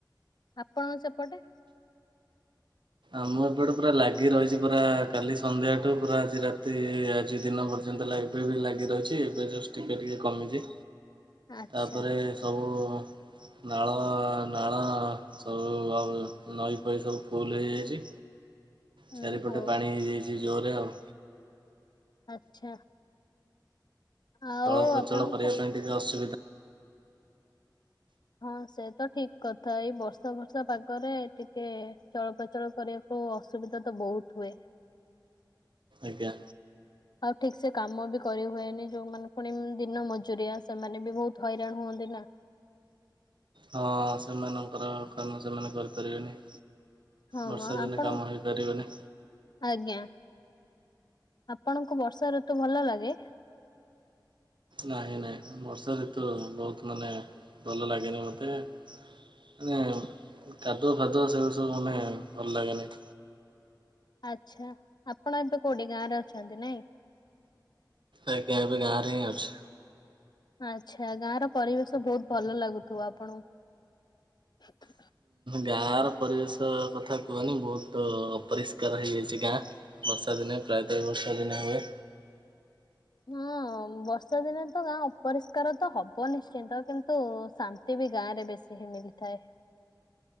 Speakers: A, on the left (about 60°); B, on the right (about 80°).
A: ଆପଣଙ୍କ ସେପଟେ?
B: ଆମ ଏପଟେ ପୁରା ଲାଗି ରହିଛି ପୁରା କାଲି ସନ୍ଧ୍ୟାଠୁ ପୁରା ଆଜି ରାତି ଆଜି ଦିନ <unintelligible> ଏବେ ବି ଲାଗି ରହିଛି ଏବେ ଟିକେ ଟିକେ କମିଛି।
A: ଆଚ୍ଛା
B: ତାପରେ ସବୁ ନାଳ ନାଳ ସବୁ ଆଉ ନଈ ଫଇ ସବୁ ଫୁଲ ହେଇଯାଇଛି। ଚାରିପଟେ
A: ଉଁ ହଉ
B: ପାଣି ହେଇଯାଇଛି ଜୋରରେ ଆଉ।
A: ଆଚ୍ଛା। ଆଉ
B: ଚଳପ୍ରଚଳ
A: ଆପଣଙ୍କୁ
B: କରିବା ପାଇଁ ଟିକେ ଅସୁବିଧା
A: ହଁ ସେ ତ ଠିକ୍ କଥା ଏଇ ବର୍ଷା ବର୍ଷା ପାଗରେ ଟିକେ ଚଳପ୍ରଚଳ କରିବା ଓ ଅସୁବିଧା ତ ବହୁତ ହୁଏ।
B: ଆଜ୍ଞା।
A: ଆଉ ଠିକ ସେ କାମ ବି କରି ହୁଏନି ଯୋଉମାନେ ପୁଣି ଦିନ ମଜୁରିଆ ସେମାନେ ବି ବହୁତ ହଇରାଣ ହୁଅନ୍ତି ନା।
B: ହଁ ସେମାନଙ୍କର କାମ ସେମାନେ କରିପାରିବେନି।
A: ହଁ
B: ବର୍ଷା
A: ହଁ
B: ଦିନେ
A: ଆପଣ
B: କାମ ହେଇପାରିବନି।
A: ଆଜ୍ଞା ଆପଣଙ୍କୁ ବର୍ଷା ଋତୁ ଭଲ ଲାଗେ?
B: ନାହିଁ ନାହିଁ ବର୍ଷା ଋତୁ ବହୁତ ମାନେ ଭଲ ଲାଗେନି ମୋତେ ମାନେ କାଦୁଆ ଫାଦୁଅ ସେଗୁଡା ସବୁ ମାନେ ଭଲ ଲାଗେନି।
A: ଆଚ୍ଛା ଆପଣ ଏବେ କୋଉଠି ଗାଁରେ ଅଛନ୍ତି ନାଇଁ।
B: ଆଜ୍ଞା ଏବେ ଗାଁରେ ହିଁ ଅଛି।
A: ଆଚ୍ଛା ଗାଁ ର ପରିବେଶ ବହୁତ ଭଲ ଲାଗୁଥିବ ଆପଣଙ୍କୁ।
B: ଗାଁର ପରିବେଶ କଥା କୁହନି ବହୁତ ଅପରିଷ୍କାର ହେଇଯାଇଛି ଗାଁ ବର୍ଷା ଦିନେ ପ୍ରାୟତଃ ବର୍ଷା ଦିନେ ହୁଏ।
A: ହଁ ବର୍ଷା ଦିନେ ତ ଗାଁ ଅପରିଷ୍କାର ତ ହବ ନିଶ୍ଚିନ୍ତ କିନ୍ତୁ ଶା <inaudible> <inaudible> ଗାଁରେ ବେଶୀ ହିଁ ମିଳିଥାଏ।